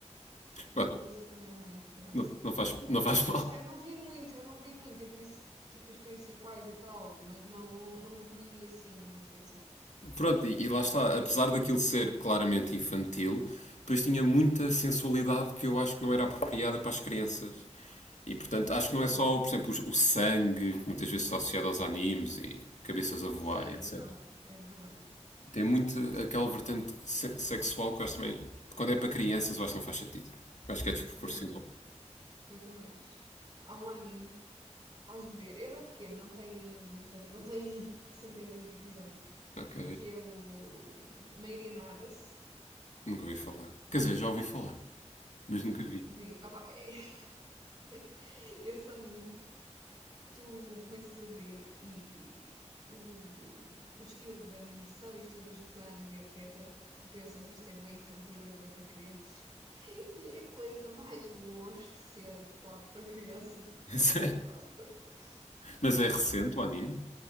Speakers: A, on the right; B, on the left.
A: cabelo
B: Bom,
A: azul também não me lembro, por acaso.
B: não, não, faz, não faz
A: Lá
B: <laughs> mal.
A: está, eu não vi muito, eu não vi muito. Eu conheço tipo os principais e tal, mas não, não vi assim grande coisa.
B: Pronto, e, lá está, apesar daquilo ser claramente infantil, depois tinha muita sensualidade que eu acho que não era apropriada para as crianças. E portanto, acho
A: Sim,
B: que não é só, por exemplo, os- o sangue, que muitas vezes está associado aos animes e cabeças a voar
A: Sim, é
B: e etc.
A: verdade, é verdade,
B: Tem muito aquela vertente se- sexual que eu acho também, quando é para crianças, eu acho que não faz sentido. Eu acho que é desproporcional.
A: é verdade. Eu também acho. Há um anime, has de ver, ele é pequeno, não tem, não tem, não tem <laughs> centenas de episódios,
B: Ok,
A: que é o Made in Abyss.
B: nunca ouvi falar. Quer dizer, já ouvi falar, mas nunca vi.
A: Vê, opa, é... <laughs> esse anime tu começas a ver e o, o estilo da animação e o estilo dos desenhos e etc., tu pensas isto é bem infantil, é bem para crianças. <laughs> E é a coisa mais longe de ser adequado para crianças que existe
B: <laughs> Sério?
A: à face da Terra.
B: Mas é recente o anime?